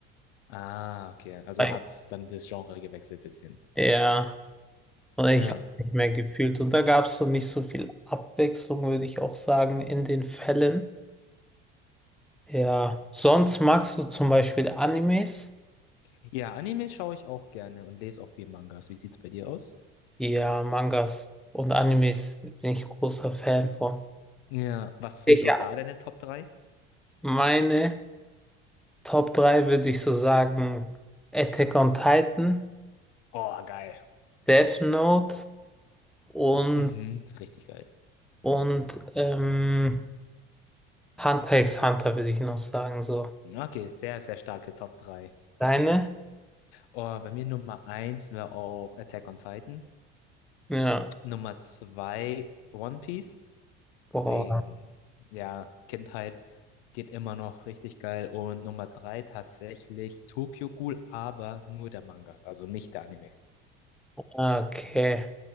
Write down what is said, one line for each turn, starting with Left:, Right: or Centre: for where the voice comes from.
Left: Ah, okay. Also
Centre: Weil-
Left: hat dann das Genre gewechselt bisschen.
Centre: Ja. Und ich
Left: Ja.
Centre: habe nicht mehr gefühlt. Und da gab es so nicht so viel Abwechslung, würde ich auch sagen, in den Fällen. Ja, sonst magst du zum Beispiel Animes?
Left: Ja, Anime schaue ich auch gerne und lese auch viel Mangas. Wie sieht's bei dir aus?
Centre: Ja, Mangas und Animes bin ich großer Fan von.
Left: Ja, was sind
Centre: Ja.
Left: so da deine Top drei?
Centre: Meine Top 3 würde ich so sagen: Attack on Titan,
Left: Oh, geil.
Centre: Death Note und,
Left: Mhm, richtig geil.
Centre: und ähm, Hunter x Hunter würde ich noch sagen. So.
Left: Okay, sehr, sehr starke Top 3.
Centre: Deine?
Left: Oh, bei mir Nummer eins wäre auch Attack on Titan.
Centre: Ja.
Left: Nummer 2 One Piece,
Centre: Boah.
Left: wegen, ja, Kindheit geht immer noch richtig geil. Und Nummer 3 tatsächlich Tokyo Ghoul, aber nur der Manga, also nicht der Anime.
Centre: Okay.